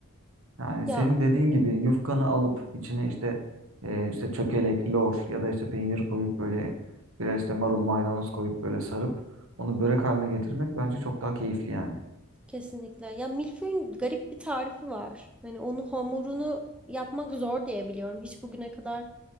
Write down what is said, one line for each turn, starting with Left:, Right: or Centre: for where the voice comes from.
Right: Yani
Centre: Ya
Right: senin dediğin gibi yufkanı alıp içine işte e, işte çökelek, lor ya da işte peynir koyup böyle biraz işte marul maydanoz koyup böyle sarıp onu börek haline getirmek bence çok daha keyifli yani.
Centre: Kesinlikle. Ya milföyün garip bir tarifi var. Hani onu hamurunu yapmak zor diye biliyorum. Hiç bugüne kadar